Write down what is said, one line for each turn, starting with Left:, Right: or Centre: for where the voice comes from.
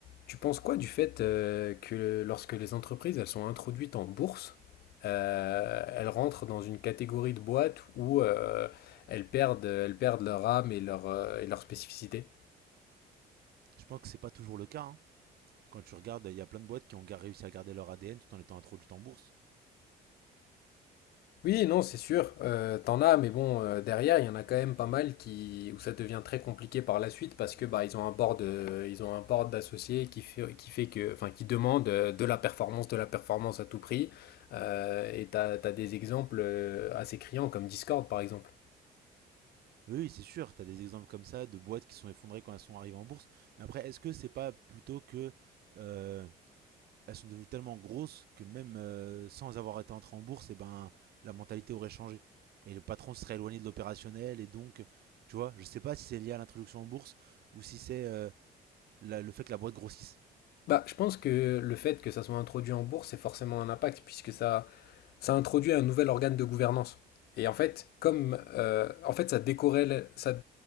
Left: Tu penses quoi du fait euh, que le- lorsque les entreprises elles sont introduites en bourse, euh, elles rentrent dans une catégorie de boîtes où euh, elles perdent, elles perdent leur âme et leur, euh, et leur spécificité?
Right: Je pense que c'est pas toujours le cas. hein. Quand tu regardes, il y a plein de boîtes qui ont gar- réussi à garder leur ADN tout en étant introduites en bourse.
Left: Oui, non, c'est sûr, euh, t'en as, mais bon, euh, derrière, il y en a quand même pas mal qui, où ça devient très compliqué par la suite parce que bah, ils ont un board, euh, ils ont un board d'associés qui fait, qui fait que, enfin, qui demande euh, de la performance, de la performance à tout prix. Euh, et t'as, t'as des exemples euh, assez criants comme Discord, par exemple.
Right: Oui, oui, c'est sûr, tu as des exemples comme ça de boîtes qui sont effondrées quand elles sont arrivées en bourse. Mais après, est-ce que c'est pas plutôt que euh, elles sont devenues tellement grosses que même euh, sans avoir été entrées en bourse, et ben, la mentalité aurait changé et le patron se serait éloigné de l'opérationnel et donc, tu vois, je sais pas si c'est lié à l'introduction en bourse ou si c'est euh, la- le fait que la boîte grossisse.
Left: Bah, je pense que le fait que ça soit introduit en bourse, c'est forcément un impact, puisque ça, ça introduit un nouvel organe de gouvernance. Et en fait, comme euh, en fait, ça décorrèle, ça,